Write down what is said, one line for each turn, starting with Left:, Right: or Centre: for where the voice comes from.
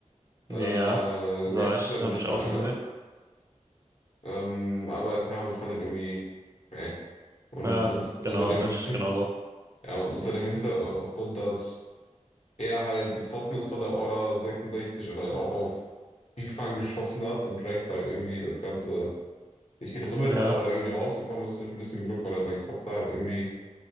Left: Äh,
Right: Ja,
Left: Rex
Right: sah ich,
Left: ist ja
Right: habe
Left: nicht
Right: ich
Left: mal
Right: auch so
Left: einer.
Right: gesehen.
Left: Ähm, aber keine Ahnung, ich fand den irgendwie. Nee. Und,
Right: Ja,
Left: und unter
Right: genau,
Left: dem,
Right: ich
Left: <laughs>
Right: genauso.
Left: ja, und unter dem Hintergrund, dass er halt betroffen ist von der Order 66 und halt auch auf Bifang geschossen hat und Drax halt irgendwie das Ganze nicht gedribbelt
Right: Ja,
Left: hat, aber da irgendwie rausgekommen ist durch ein bisschen Glück, weil er seinen Kopf da halt irgendwie